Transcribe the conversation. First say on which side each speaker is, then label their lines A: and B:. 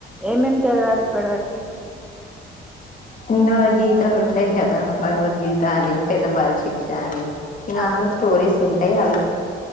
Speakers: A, in the centre; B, on the left.
A: ఇవి ఏం చదివార్ ఇప్పటివరకి
B: ఎన్నో గీతాలు ఉంటాయి కదా భగవద్గీత అని పెద్ద బాల శిక్ష అని ఇంగ అందులో
A: ఆహా
B: స్టోరీస్ ఉం ఎ అవి సక్కగ